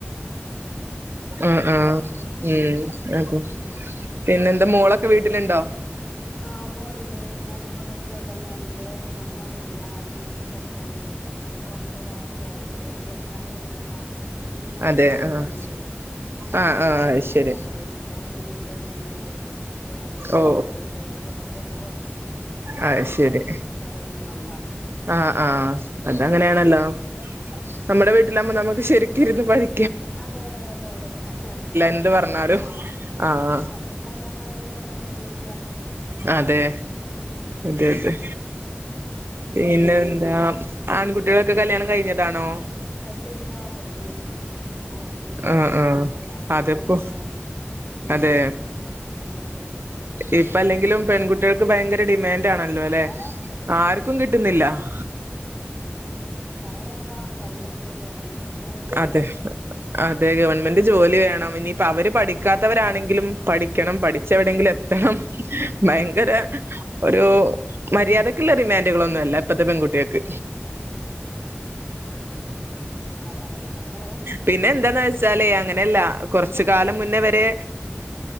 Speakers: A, on the left; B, on the right.
A: അതെ അതെല്ലേ
B: ഉം ഉം
A: ആഹ്
B: ഉ.
A: ആഹ് ആഹ്
B: അതെ
A: ഉം
B: പിന്നെന്താ മോൾ വീട്ടിലുണ്ടോ
A: ആ മോളുണ്ട് മോള് ഇപ്പോ കഴിച്ചു കൊടുത്തന്ന് വന്നിണ്ട് മരുമോൻ ഇവിടിയില്ല അവൻ വെളിയിലാണ് അവളിപ്പ് വന്നിട്ട് ഒരാഴ്ചയായി. അവൾ ക്സാമിന് വേണ്ടി വന്നതാ പിജി
B: അതെ
A: എക്സാം എഴുതുന്നുണ്ട്.
B: ആഹ്
A: എക്സാം
B: ആഹ്
A: ൻ
B: ആഹ്
A: വേണ്ടി വന്നു
B: അയ് ശരി
A: എക്സാം കഴിഞ്ഞപ്പോൾ ഒരു ഇന്റർവ്യൂ ഉണ്ട്‌ അവക്ക് മുപ്പതാം തീയതി
B: ഓ
A: ആ ഇന്റർവ്യൂ കഴിഞ്ഞിട്ടൊക്കെ പതുക്കെ പോകുവൊള്ളൂ
B: ആഹ് ശെരി
A: അയ്ൻ ഒന്ന് വന്നാ
B: ആഹ് ആഹ് അത് അങ്ങനെയാണല്ലോ നമ്മുടെ വീട്ടിലാമ്പം നമുക്ക് ശരിക്ക് ഇരുന്ന് പഠി
A: അതെ അതെ അതെ അതെ മക്കളൊക്കെ
B: എന്ത് പറഞ്ഞാലും
A: ആഹ്
B: ആഹ്
A: ആ വേറെ മക്കളെ <unintelligible> ചെയ്യാലോ അത് ശെരിയാ
B: അതെ
A: ഉം ആ
B: അതെ അതെ
A: ആഹ് അങ്ങനെ
B: പിന്നെ
A: പോണു കാര്യങ്ങളൊക്കെ.
B: എന്താ
A: ഉം
B: ആൺകുട്ടികളൊക്കെ കല്യാണം കഴിഞ്ഞതാണോ
A: കല്ലില്ല പെണു ഒന്നും ശരിയായിട്ടില്ല
B: ആഹ് ആഹ്
A: മൂത്താൾക്ക്
B: അതിപ്പോ
A: മുപ്പത് വയസായി കുട്ടിയൊന്നും
B: അതെ
A: കിട്ടിയിട്ടില്ല ഇത്രനാളും കിട്ടി
B: ഇപ്പ അല്ലെങ്കിലും പെൺകുട്ടികൾക്ക് ഭയങ്കര ഡിമാൻഡ് ആണല്ലോ അല്ലെ
A: ഓ
B: ആർക്കും കിട്ടുന്നില്ല ഇല്ല
A: പറയണതെന്താ ഗവൺമെന്റ് ജോലി വേണംന്ന് നമുക്ക് കൂലി പണിക്കാരല്ലേ
B: അതെ അതെ ഗവൺമെന്റ് ജോലി വേണം ഇനിയിപ്പോ അവര് പഠിക്കാത്തവരാണെങ്കിലും പഠിക്കണം പഠിച്ച്
A: ആഹ്
B: എവിടെങ്കിലും എത്തണം
A: ആഹ് ആഹ്
B: ഭയങ്കര
A: ആഹ്
B: ഒരു മര്യാദക്കുള്ള ഡിമാൻഡുകളൊന്നും അല്ല ഇപ്പത്തെ പെൺകുട്ടികൾക്ക്
A: അതെ ആഹ് പറയ നമ്മൾ
B: പിന്നെ എന്താന്ന് വെച്ചാലേ അങ്ങനെയല്ല കുറച്ച് കാലം മുന്നേ വരെ